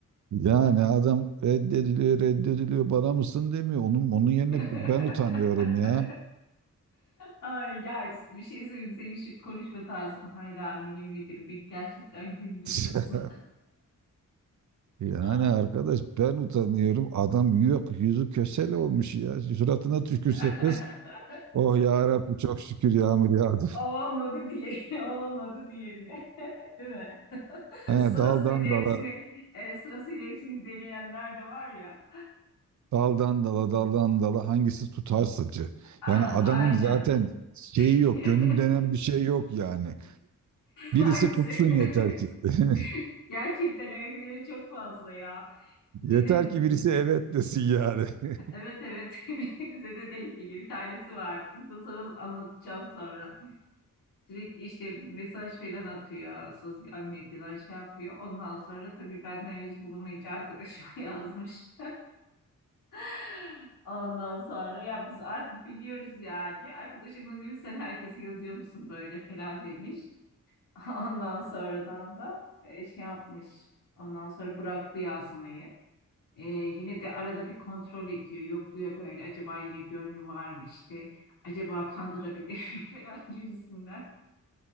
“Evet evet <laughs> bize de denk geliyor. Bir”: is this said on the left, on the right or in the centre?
Left